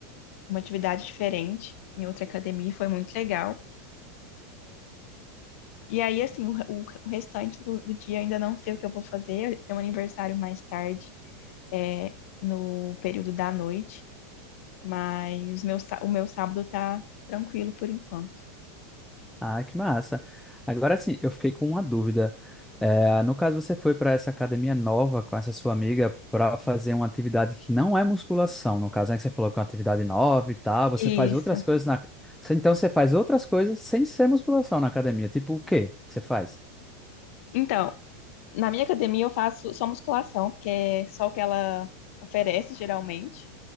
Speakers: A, on the left (about 65°); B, in the centre.
A: uma atividade diferente em outra academia, foi muito legal. E aí, assim, o, o, o restante do, do dia ainda não sei o que eu vou fazer. Tem um aniversário mais tarde, é, no período da noite, mas meu, sá- o meu sábado tá tranquilo por enquanto.
B: Ah, que massa. Agora sim, eu fiquei com uma dúvida. É, no caso, você foi para essa academia nova com essa sua amiga para fazer uma atividade que não é musculação, no caso, né? Que você falou que é uma atividade nova e tal. Você
A: Isso.
B: faz outras coisas na. Você- Então, você faz outras coisas sem ser musculação na academia. Tipo o quê que você faz?
A: Então, Na minha academia eu faço só musculação, porque é só o que ela oferece geralmente.